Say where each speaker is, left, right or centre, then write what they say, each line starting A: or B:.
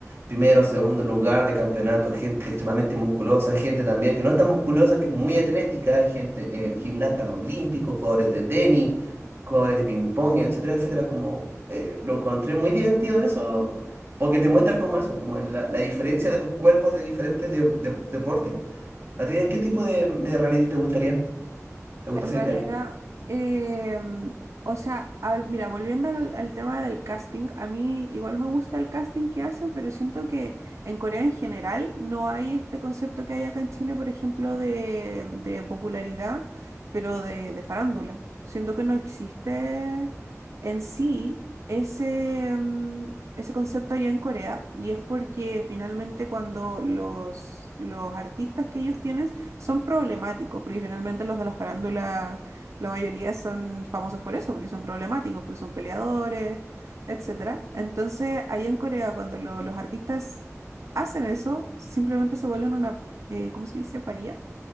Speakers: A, on the right; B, on the right.
A: primero, segundo lugar de campeonato, gente extremadamente musculosa, gente también que no es tan musculosa, que es muy atlética, gente, eh, gimnastas olímpicos, jugadores de tenis, jugadores de ping-pong, etcétera, etcétera. Como eh, lo encontré muy divertido eso, porque te muestran como eso, como la, la diferencia de los cuerpos de diferentes de- de- deportes. ¿A ti de qué tipo de, de reality te gustaría? ¿Te gusta
B: En
A: esa
B: realidad,
A: idea?
B: em, o sea, al- mira, volviendo al, al tema del casting, a mí igual me gusta el casting que hacen, pero siento que en Corea en general no hay este concepto que hay acá en Chile, por ejemplo, de, de popularidad, pero de, de farándula. Siento que no existe en sí ese, em, ese concepto allá en Corea, y es porque finalmente cuando los, los artistas que ellos tienen son problemáticos, porque finalmente los de la farándula, la mayoría son famosos por eso, porque son problemáticos, porque son peleadores, etcétera. Entonces, allá en Corea, cuando lo- los artistas hacen eso, simplemente se vuelven una, eh, ¿cómo se dice? Paría.